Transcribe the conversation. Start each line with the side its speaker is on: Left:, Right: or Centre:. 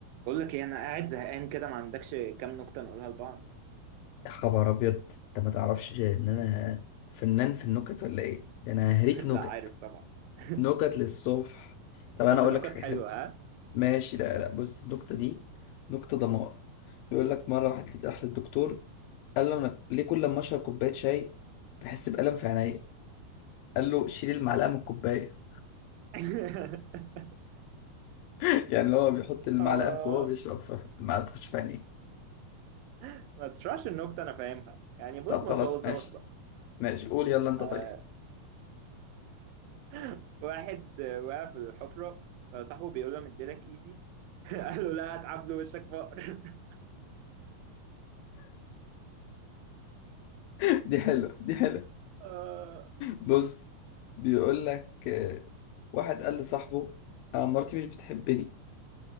Right: بقول لك ايه انا قاعد زهقان كده ما عندكش كام نكته نقولها لبعض
Left: يا خبر ابيض انت ما تعرفش ان انا فنان في النكت ولا ايه ده انا هريك
Right: <laughs>
Left: نكت
Right: لا عارف طبعا <laughs>
Left: نكت للصبح طب
Right: بس
Left: انا اقول
Right: نكت
Left: لك حاجه
Right: حلوه
Left: حلوه
Right: ها
Left: ماشي لا لا بص النكته دي نكته دمار بيقول لك مره واحد راح للدكتور قال له انا ليه كل ما اشرب كوبايه شاي بحس بالم في عينيا قال له شيل المعلقه من الكوبايه
Right: <laughs>
Left: <laughs> يعني اللي هو بيحط المعلقه
Right: آه،
Left: في جوه وبيشرب فالمعلقه تخش في عينيه
Right: <laughs> ما تشرحش النكته انا فاهمها يعني بص
Left: طب
Right: ما
Left: خلاص
Right: تبوظهاش
Left: ماشي
Right: بقى
Left: ماشي قول يلا انت
Right: آه،
Left: طيب
Right: <laughs> واحد آه، وقع في الحفره فصاحبه بيقول له مديلك ايدي <laughs> قال له لا هتعب له وشك فقر <laughs>
Left: <laughs> دي حلوه دي حلوه
Right: آه،
Left: بص بيقول لك آه، واحد قال لصاحبه انا مراتي مش بتحبني